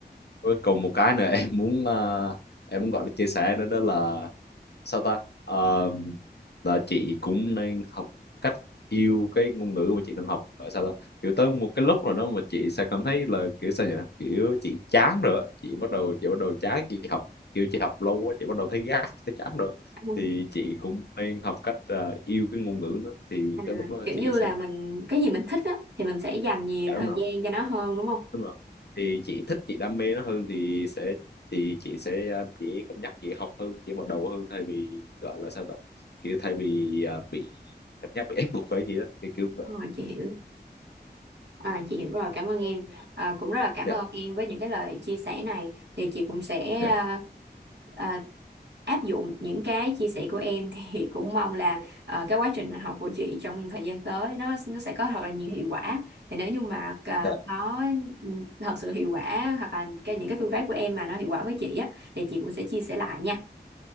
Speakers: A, on the left; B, on the right.
A: với cùng một cái nữa <laughs> em muốn ờ, em muốn gọi là chia sẻ nữa đó là sao ta Ờ, là chị cũng nên học cách yêu cái ngôn ngữ mà chị đang học Ờ, sao ta kiểu tới một cái lúc rồi đó mà chị sẽ cảm thấy là kiểu sao nhỉ kiểu chị chán rồi á. chị bắt đầu chị bắt đầu chán chị học kiểu chị học lâu quá chị bắt đầu thấy gắt thấy chán rồi á.
B: Ừ.
A: thì chị cũng nên học cách ờ, yêu cái ngôn ngữ đó thì
B: À,
A: cái lúc đó
B: kiểu
A: chị
B: như
A: sẽ
B: là mình cái gì mình thích á thì mình sẽ dành nhiều
A: cảm
B: thời gian cho nó hơn đúng không?
A: đúng rồi thì chị thích chị đam mê nó hơn thì sẽ thì chị sẽ à, dễ cân nhắc dễ học hơn dễ bắt đầu hơn thay vì gọi là sao ta kiểu thay vì à, bị cảm giác bị ép buộc hay gì đó thì kiểu vậy
B: Ờ, chị hiểu. À, chị hiểu rồi, cảm ơn em. À, cũng rất là cảm
A: dạ
B: ơn em với những cái lời chia sẻ này. Thì chị cũng sẽ
A: dạ
B: à, à, áp dụng những cái chia sẻ của em <laughs> thì cũng mong là ờ, cái quá trình học của chị trong thời gian tới nó nó sẽ có thật là nhiều hiệu quả. Thì nếu như mà ờ,
A: dạ
B: có ừ, thật sự hiệu quả hoặc là cái những cái phương pháp của em mà nó hiệu quả với chị á thì chị cũng sẽ chia sẻ lại nha.